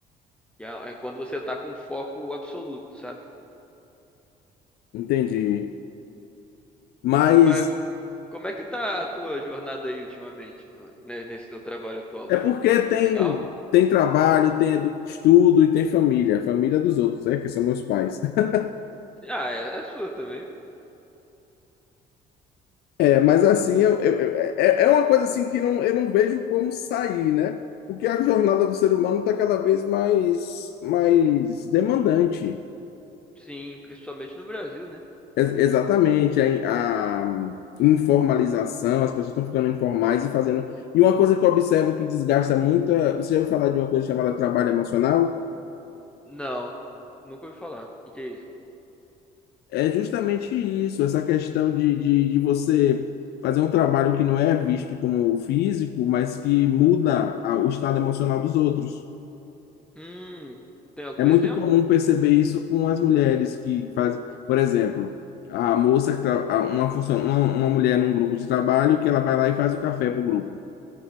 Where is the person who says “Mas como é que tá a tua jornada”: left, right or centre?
Centre